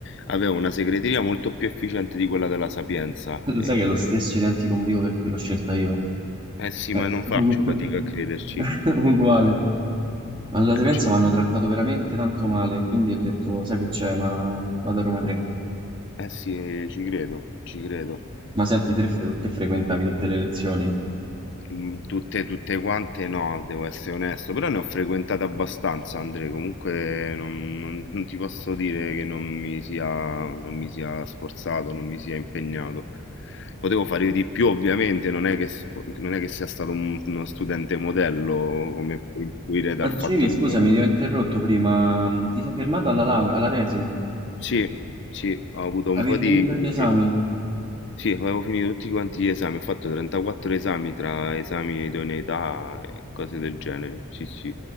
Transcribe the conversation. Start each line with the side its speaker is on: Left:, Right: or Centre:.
Left: avevo una segreteria molto più efficiente di quella della Sapienza.
Right: <laughs> Lo
Left: e
Right: sai che
Left: quindi-
Right: è lo stesso identico motivo per cui l'ho scelta io.
Left: eh sì,
Right: Eh,
Left: ma non
Right: ugu-
Left: faccio fatica a crederci.
Right: <laughs> uguale. Alla Sapienza
Left: Eh, ci-
Right: mi hanno trattato veramente tanto male, quindi ho detto, sai che c'è, ma vado a Roma 3.
Left: eh sì, ci credo, ci credo.
Right: Ma senti, te, fre- te frequentavi tutte le lezioni?
Left: Mm, Tutte, tutte quante no, devo essere onesto, però ne ho frequentate abbastanza, Andre, comunque non, non- non ti posso dire che non mi sia, non mi sia sforzato, non mi sia impegnato. Potevo fare di più, ovviamente, non è che, s- non è che sia stato un- uno studente modello, come puoi intuire dal
Right: Ma dicevi,
Left: fatto che...
Right: scusami,
Left: non-
Right: ti ho interrotto prima, mm, ti sei fermato alla laurea, alla tesi?
Left: Sì, sì, ho avuto
Right: Avevi
Left: un po'
Right: finito
Left: di... di-
Right: gli esami?
Left: Sì, avevo finito tutti quanti gli esami, ho fatto 34 esami tra esami e idoneità e cose del genere, sì, sì.